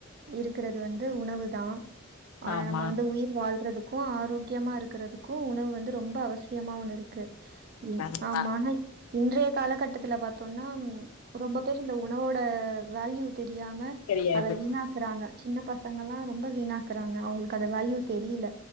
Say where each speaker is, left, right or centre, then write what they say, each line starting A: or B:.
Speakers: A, on the right; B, on the left.
A: இருக்கிறது வந்து உணவு தா ஆனா
B: ஆமா
A: நம்ம வந்து உயிர் வாழ்றதுக்கு ஆரோக்கியமா இருக் றதுக்கு உணவு வந்து ரொம்ப அவசியமா ஒண்ணு இருக்கு
B: கண்டிப்பா
A: ஆமா இன்றைய காலகட்டத்துல பாத்தோனா ரொம்ப பேர் இந்த உணவோட வேல்யூ தெரியாம
B: தெரியாது
A: அத வீணாக்கறாங்க சின்ன பசங்கல்லா ரொம்ப வீணாக்கறாங்க அவங்ளுக்கு அந்த வேல்யூ தெரில